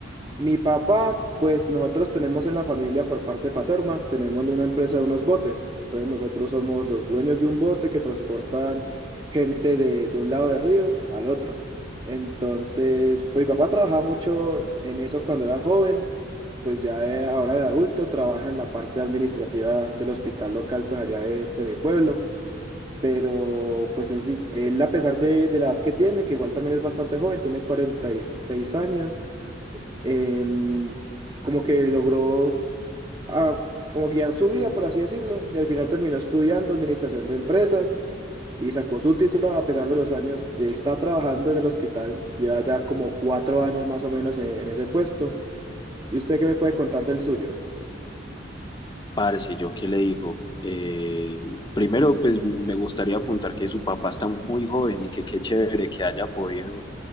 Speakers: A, on the right; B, on the left.
A: Mi papá, pues nosotros tenemos en la familia por parte paterna, tenemos una empresa de unos botes. Entonces nosotros somos los dueños de un bote que transportan gente de, de un lado del río al otro. Entonces, pues mi papá trabajaba mucho en eso cuando era joven pues ya de- ahora de adulto trabaja en la parte administrativa del hospital local, pues allá de, de mi pueblo, pero pues él, sí- él a pesar de, de la edad que tiene, que igual también es bastante joven, tiene 46 años, em, como que logró ah, como guiar su vida, por así decirlo, y al final terminó estudiando administración de empresas y sacó su título a pesar de los años, y ahí está trabajando en el hospital, lleva ya como cuatro años más o menos en en ese puesto. ¿Y usted qué me puede contar del suyo?
B: Parce, ¿yo qué le digo? Eh, primero, pues me gustaría apuntar que su papá está muy joven y que qué chévere que haya podido